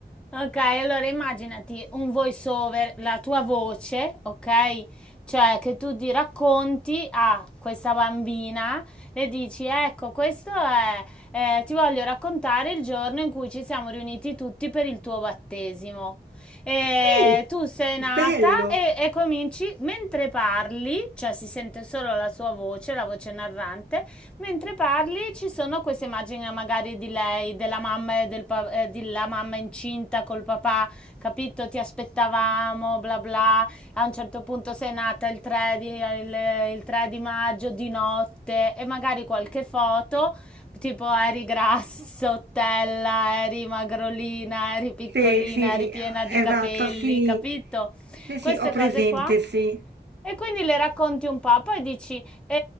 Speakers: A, in the centre; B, on the right (about 80°).
A: Okay, allora immaginati un voice over, la tua voce, okay, cioè che tu ti racconti a questa bambina, le dici: "Ecco, questo è ehm, ti voglio raccontare il giorno in cui ci siamo riuniti tutti per il tuo battesimo. Ehm,
B: Sì,
A: tu sei
B: bello,
A: nata" e e cominci mentre parli, cioè si sente solo la sua voce, la voce narrante, Mentre parli ci sono queste immagini eh, magari di lei, della mamma e del pa- eh, della mamma incinta col papà, capito? Ti aspettavamo, bla bla. A un certo punto sei nata il 3 di, il- il 3 di maggio di notte e magari qualche foto, tipo eri grassottella, eri magrolina, eri piccolina,
B: sì, sì, sì,
A: eri piena di
B: esatto,
A: capelli,
B: sì,
A: capito?
B: sì, sì,
A: Queste
B: ho presente,
A: cose qua
B: sì,
A: e quindi le racconti un po', poi dici, eh,